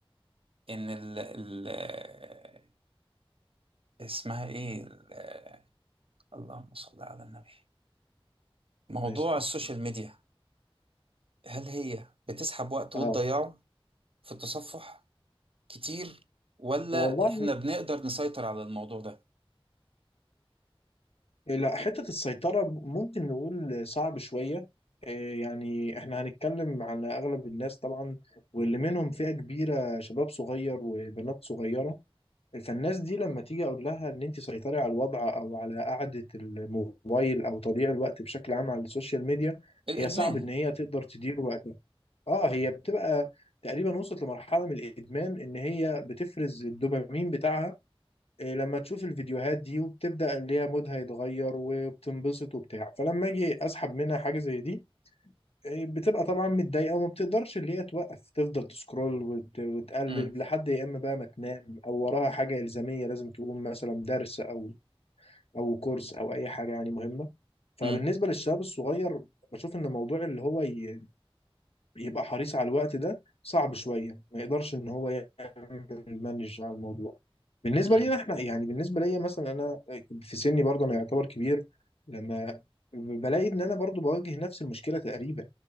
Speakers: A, on the right; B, on the left.
A: ان ال... ال... آه، اسمها ايه ال- اللهم صل على النبي موضوع
B: نايس تسلم.
A: السوشيال ميديا هل هي بتسحب وقت
B: اه
A: وتضيعه في التصفح كتير ولا
B: والله
A: احنا بنقدر نسيطر على الموضوع ده
B: لا حتة السيطرة ممكن نقول صعب شوية إيه يعني احنا هنتكلم على اغلب الناس طبعا واللي منهم فئة كبيرة شباب صغير وبنات صغيرة فالناس دي لما تيجي اقول لها ان انت سيطري على الوضع او على قعدة الموبايل او تضييع الوقت بشكل عام على السوشيال ميديا
A: الإدمان
B: هي صعب ان هي تقدر تدير وقتها اه هي بتبقى تقريبا وصلت لمرحلة من الادمان ان هي بتفرز الدوبامين بتاعها إيه، لما تشوف الفيديوهات دي وبتبدأ اللي هي مودها يتغير وبتنبسط وبتاع فلما اجي اسحب منها حاجة زي دي بتبقى طبعا متضايقه وما بتقدرش اللي هي توقف تفضل تسكرول وت... وتقلب
A: امم
B: لحد يا اما بقى ما تنام او وراها حاجه الزاميه لازم تقوم مثلا درس او او كورس او اي حاجه يعني مهمه فبالنسبه
A: امم
B: للشباب الصغير بشوف ان موضوع اللي هو ي... يبقى حريص على الوقت ده صعب شويه ما يقدرش ان هو يعمل مانج على الموضوع بالنسبه
A: امم
B: لينا احنا يعني بالنسبه ليا مثلا انا في سني برضه انا يعتبر كبير لما بلاقي ان انا برضه بواجه نفس المشكله تقريبا